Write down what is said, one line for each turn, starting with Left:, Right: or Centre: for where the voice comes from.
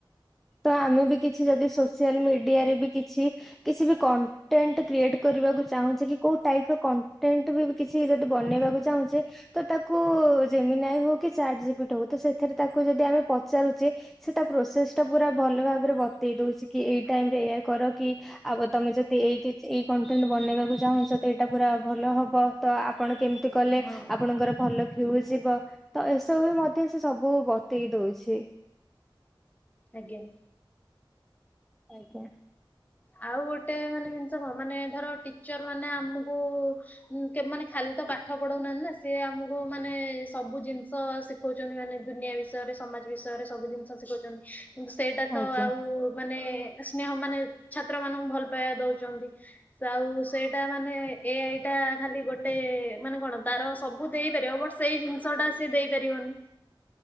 Centre: ତ ଆମେ ବି କିଛି ଯଦି ସୋସିଆଲ ମିଡିଆରେ ବି କିଛି କିଛି ବି କଣ୍ଟେଣ୍ଟ କ୍ରିଏଟ କରିବାକୁ ଚାହୁଁଛି କି କୋଉ ଟାଇପ ର କଣ୍ଟେଣ୍ଟ ବି କିଛି ଯଦି ବନେଇବ ଚାହୁଛେ ତ ତାକୁ ଯେମିନ ଆଇ ହଉ କି ଚାଟ ଜୁପିଟ ହଉ ତ ସେଥିରେ ତାକୁ ଯଦି ପଚାରୁଛେ ସେ ତା ପ୍ରୋସେସ ଟା ପୁରା ଭଲ ଭାବରେ ବତେଇ ଦଉଛି କି ଏଇ ଟାଇମ କର କି ଆଉ ତମେ ଯଦି ଏଇ ଏଇ କଣ୍ଟେଣ୍ଟ ବନେଇବାକୁ ଚାହୁଁଛ ଏଇଟା ପୁରା ଭଲ ହବ ତ ଆପଣ କେମିତି କଲେ
Left: ହଁ
Centre: ଆପଣଙ୍କର ଭଲ ଫିଉ ଯିବ ତ ଏସବୁ ଏତ ସେ ସବୁ ବତେଇ ଦଉଛି।
Left: ଆଜ୍ଞା
Centre: ଆଜ୍ଞା
Left: ଆଉ ଗୋଟେ ମାନେ ଜିନିଷ କଣ ମାନେ ଧର ଟିଚର ମାନେ ଆମକୁ ଉଁ କେ ମାନେ ଖାଲି ତ କାଟି ପାଠ ପଢଉନାହାନ୍ତି ନା ସି ଆମକୁ ମାନେ ସବୁ ଜିନିଷ ଶିଖଉଛନ୍ତି ମାନେ ଦୁନିଆ ବିଷୟରେ ସମାଜ ବିଷୟରେ ସବୁ ଜିନିଷ ଶିଖୁଛନ୍ତି କିନ୍ତୁ ସେଇଟା ତ
Centre: ଆଜ୍ଞା
Left: ଆଉ ମାନେ ସ୍ନେହ ମାନେ ଛାତ୍ର ମାନଙ୍କୁ ଭଲ ପାଇବା ଦଉଛନ୍ତି ଆଉ ସେଇଟା ମାନେ ଏ ଆଇ ଏଇଟା ଖାଲି ଗୋଟେ ମାନେ କଣ ତାର ସବୁ ଦେଇପାରିବ ବଟ ସେଇ ଜିନିଷ ଟା ସିଏ ଦେଇପାରିବନି